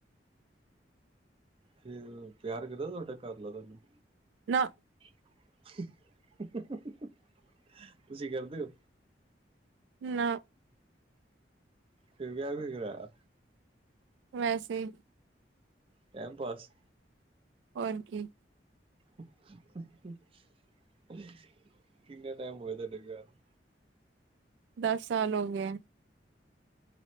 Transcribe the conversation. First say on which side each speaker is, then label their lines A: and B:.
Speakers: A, on the right; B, on the right.
A: ਫੇਰ, ਪਿਆਰ ਕਰਦਾ ਤੁਆਡਾ ਘਰਆਲਾ ਤੂਹਾਨੂੰ?
B: ਨਾ।
A: ਹਾਹਾ-ਤੁਸੀਂ ਕਰਦੇ ਹੋ?
B: ਨਾ
A: ਫੇਰ, ਵਿਆ ਕਿਓ ਕਰਾਇਆ।
B: ਵੈਸੇ ਈ।
A: ਟੈਮ-ਪਾਸ।
B: ਹੋਰ ਕੀ।
A: ਹੂ, ਹੂ-ਹਾਅ ਕਿੰਨਾ ਟੈਮ ਹੋ ਗਿਆ, ਤਾਡੇ ਵਿਆਹ ਨੂੰ?
B: ਦਸ ਸਾਲ ਹੋ ਗਏ।